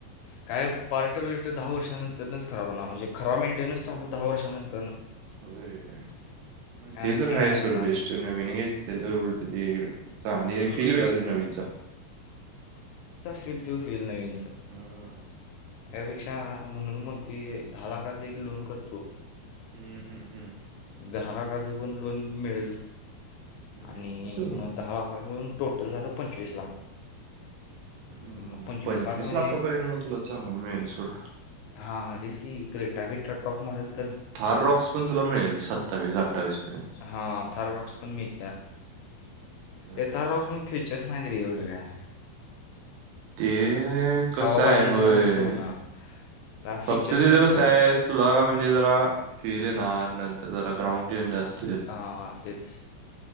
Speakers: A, on the left (about 80°); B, on the right (about 80°).
A: काय पार्टं विरटं दहा वर्षानंतरच खराब हो म्हजे खरा मेंटेन्स चालू दहा वर्षानर
B: हो
A: हा
B: ते तर
A: सीन
B: आहेा
A: नाही
B: सर
A: त्याचा
B: बेस्ट नवीन घ त्या उलटतील आणि
A: हम्म.
B: फिल तरी नवीनचा
A: िक तो फीलल नाही इ स
B: हम्म
A: यापेक्षा म्हणून मग त दहा लाखाचा एक लोन करतो
B: हम्म हम हम
A: दहा लाखाचं पण लोन मिळेल
B: मिळते
A: आणि
B: सोड
A: मग दहा लाखाच टोटल झालं पंचवीस लाख
B: हम्
A: म्हणजे मग
B: पंचवीस
A: लाखमध्ये
B: लाखापर्यंत मग तुला चांगल मिळाल सोड
A: हांच तेच की क्रिटा बीटा टॉप मॉडेलच
B: थार रॉक्स पण तुला मिळेल सत्तावीस अठ्ठावीस पर्यंत
A: हा थररॉक्स पण मिळत्यात
B: पर्यंत
A: ये थाररॉक्स फीचर्स नाहीत रे येवढं काय
B: ते कसय
A: हवाबाजी
B: होय
A: जरा असं होणार दहा
B: फक्त
A: फीचर्स
B: तिथे
A: ते
B: कस
A: पाहिजे
B: आहे तुला म्हणजे जरा फीरेल नणार नंतर ज ग्रउंड जास्त
A: हाा तेच